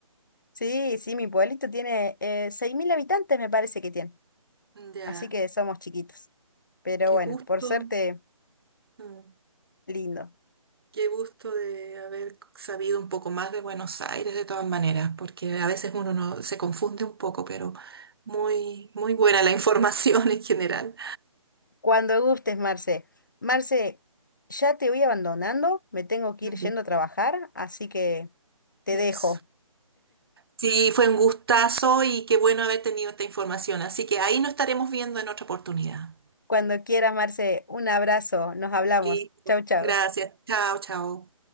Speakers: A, on the left (about 35°); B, on the right (about 45°).
A: Sí, sí, mi pueblito tiene eh, 6.000 habitantes, me parece que tiene.
B: Ya,
A: Así que somos chiquitos. Pero
B: qué
A: bueno,
B: gusto,
A: por suerte,
B: mm,
A: lindo.
B: qué gusto de haber sabido un poco más de Buenos Aires de todas maneras, porque a veces uno no, se confunde un poco, pero muy, muy buena la <laughs> información en general.
A: Cuando gustes, Marce. Marce, ya te voy abandonando, me tengo que
B: Ya,
A: ir yendo a trabajar, así que te
B: Eso.
A: dejo.
B: Sí, fue un gustazo y qué bueno haber tenido esta información. Así que ahí nos estaremos viendo en otra oportunidad.
A: Cuando quieras, Marce, un abrazo, nos hablamos.
B: Listo.
A: Chau, chau.
B: Gracias. Chao, chao.